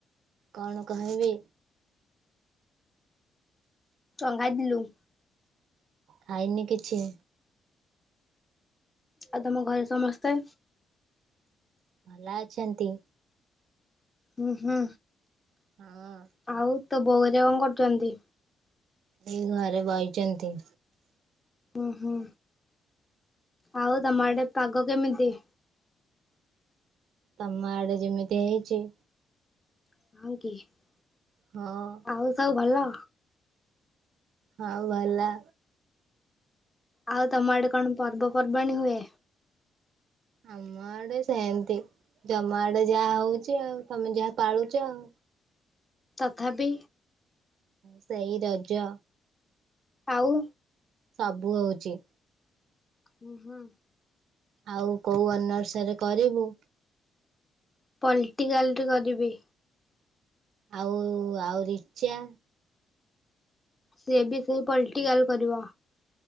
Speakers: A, on the right; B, on the left.
A: କଣ କହିବି?
B: କଣ ଖାଇଥିଲୁ?
A: ଖାଇନି କିଛି।
B: ଆଉ ତମ ଘରେ ସମସ୍ତେ?
A: ଭଲ ଅଛନ୍ତି।
B: ଉଁ ହୁଁ।
A: ହଁ।
B: ଆଉ ତୋ ବୋଉ ହେରିକା କଣ କରୁଚନ୍ତି?
A: ଏଇ ଘରେ ବଇଚନ୍ତି?
B: ଉଁ ହୁଁ ଆଉ ତମର ଆଡେ ପାଗ କେମିତି?
A: ତମ ଆଡେ ଯେମିତି ହେଇଚି।
B: <unintelligible>
A: ହଁ।
B: ଆଉ ସବୁ ଭଲ?
A: ହଁ ଭଲ।
B: ଆଉ ତମ ଆଡେ କଣ ପର୍ବପର୍ବାଣୀ ହୁଏ?
A: ଅମ ଆଡେ ସେନ୍ତି ଜମ ଆଡେ ଯାହା ହଉଚି ଆଉ ତମେ ଯାହା ପାଳୁଚ ଆଉ।
B: ତଥାପି
A: ସେଇ ରଜ
B: ଆଉ
A: ସବୁ ହଉଚି।
B: <inaudible>
A: ଆଉ କଉ ଅନର୍ସରେ କରିବୁ?
B: ପଲ୍ଟିକାଲ୍ ରେ କରିବି।
A: ଆଉ- ଆଉ ରିଚା?
B: ସିଏ ବି ସେଇ ପଲ୍ଟିକାଲ୍ କରିବ।